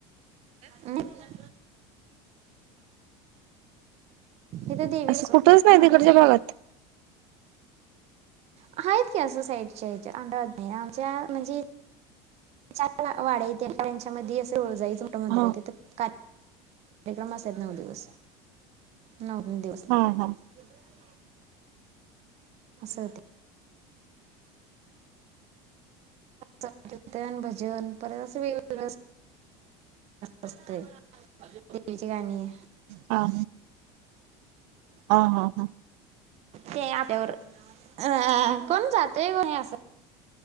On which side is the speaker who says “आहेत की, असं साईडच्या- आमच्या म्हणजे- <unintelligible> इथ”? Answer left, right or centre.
Right